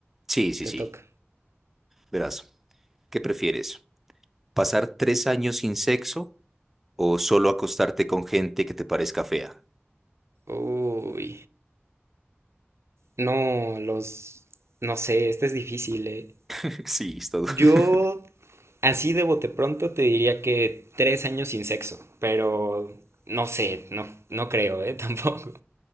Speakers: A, in the centre; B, on the right.
A: sí, sí,
B: Te
A: sí.
B: toca.
A: Verás. ¿Qué prefieres? ¿Pasar tres años sin sexo o solo acostarte con gente que te parezca fea?
B: Uy. No, los... No sé, este es difícil, ¿eh?
A: <laughs> Sí, está duro.
B: Yo,
A: <laughs>
B: así de bote pronto, te diría que tres años sin sexo, pero no sé, no, no creo, ¿eh? <laughs> Tampoco.